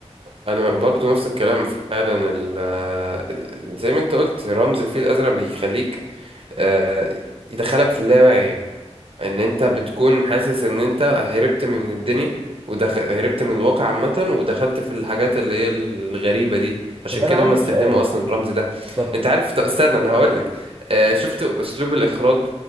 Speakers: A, on the right; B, on the right.
A: انا برضو نفس الكلام فعلا ال ال- زي ما انت قلت رمز الفيل الازرق بيخليك آه، يدخلك في اللاوعي يعني ان انت بتكون حاسس ان انت هربت من الدنيا ودخل هربت من الواقع عامة ودخلت في الحاجات اللي هي الغريبة دي عشان
B: طب انا
A: كده
B: عندي
A: هم استخدموا
B: سؤال
A: اصلا الرمز ده
B: طب
A: انت عارف طب استنى انا هقول لك آه شفت اسلوب الاخراج